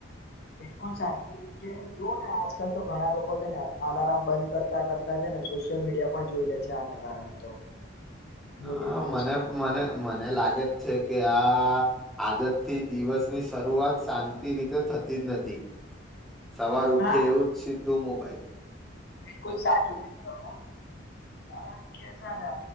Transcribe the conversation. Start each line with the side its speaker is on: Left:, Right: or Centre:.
Left: બિલકુલ સાચું કીધું કે જોઓ ને આજકાલ તો ઘણા લોકો છે ને અલાર્મ બંધ કરતા કરતા છે ને સોશિયલ મીડિયા પણ જોઈ લે છે આના કારણે તો
Centre: હ
Left: નોટિફિકેશન
Centre: મને મને મને લાગે જ છે કે આ આદતથી દિવસની શરૂઆત શાંતિ રીતે થતી જ નથી સવાર ઉઠી
Left: હા
Centre: એવું જ ટુ મોબાઈલ
Left: બિલકુલ સાચું કીધું તમે કારણ કે છે ને